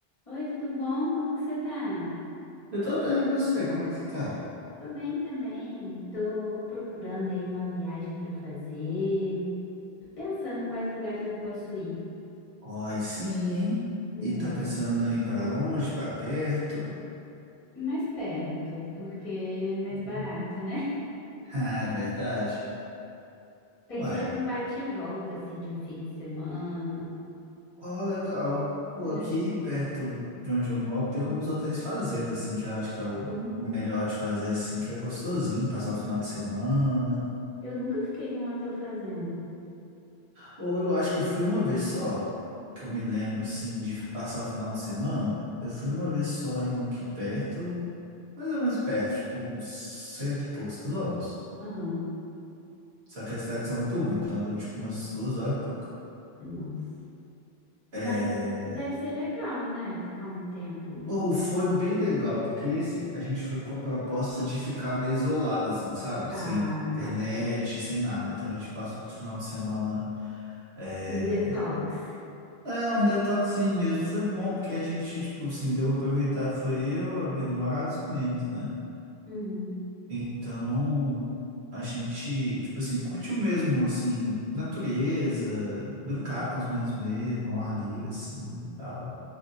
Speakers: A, on the left; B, on the right.
A: Oi, tudo bom? Como que você tá?
B: Eu tô bem, e você? Como é que você tá?
A: Tô bem também. Tô procurando aí uma viagem para eu fazer. Tô pensando quais lugares eu posso ir.
B: Ai, sim, hein?
A: É,
B: E tá pensando em ir pra longe, pra perto? <laughs>
A: mais perto, porque é mais
B: Hum.
A: barato, né?
B: Ah, é verdade.
A: <laughs> Pensei
B: Uai.
A: em um bate-volta assim de um fim de semana.
B: Ó, legal. Pô,
A: É.
B: aqui perto de onde eu moro tem uns hotéis fazenda, assim, que eu acho que é o,
A: Hum,
B: o melhor de fazer, assim, que é gostosinho, passar o final de semana.
A: eu nunca fiquei num hotel fazenda.
B: Ou eu acho que eu fui uma vez só, que eu me lembro, assim, de passar o final de semana. Eu fui uma vez só em um aqui perto,
A: Hum,
B: mais ou menos perto, tipo uns cento e poucos quilômetros.
A: Aham.
B: Só que as tardes são muito ruins, então deu tipo umas duas horas e pouca.
A: Nossa. Mas
B: É...
A: deve ser legal, né? Ficar um tempo num.
B: Ou foi bem legal, porque esse a gente foi com a proposta de ficar meio isolado, assim, sabe?
A: Ah,
B: Sem internet,
A: tá.
B: sem nada. Então a gente passou o final de semana. É,
A: Um detox.
B: é um detoxinho mesmo. Foi bom, porque a gente, tipo, assim, deu pra aproveitar. Foi eu, a minha namorada e os meninos, né?
A: Uhum.
B: Então, a gente, tipo assim, curtiu mesmo, assim, natureza, brincar com os meninos mesmo, ao ar livre, assim, e tal.